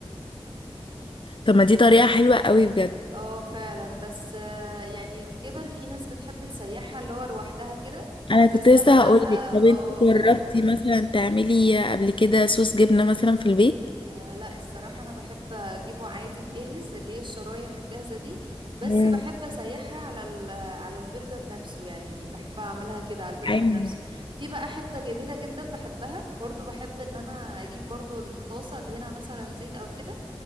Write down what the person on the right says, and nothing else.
اه فعلا بس آه يعني الجبن في ناس بتحب تسيحها اللي هو لوحدها كده
بس
انا لا
اه
آه.
مم.
آه لا الصراحة أنا بحب أجيبه عادي الجاهز اللي هي الشرايح الجاهزة دي بس
بحب أسيحها على ال- على البرجر نفسه يعني بحب أعملها كده على البرجر
نفسه في بقى حتة جميلة جدا بحبها برضو بحب إن أنا أجيب برضو الطاسة أدهنها مثلا زيت أو كده